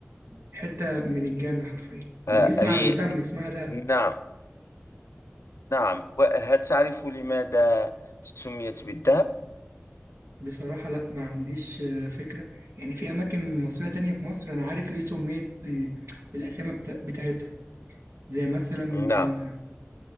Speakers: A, on the right (about 70°); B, on the left (about 85°).
A: حتة من الجنة حرفيا
B: آه
A: واسم
B: هي
A: على مسمى اسمها دهب
B: نعم نعم وهل تعرف لماذا سميت بالذهب؟
A: بصراحة لا ما عنديش آه، فكرة يعني في أماكن مصرية تانية في مصر أنا عارف ليه سميت ب- بالأسامي بتا- بتاعتها زي مثلا
B: نعم
A: آه،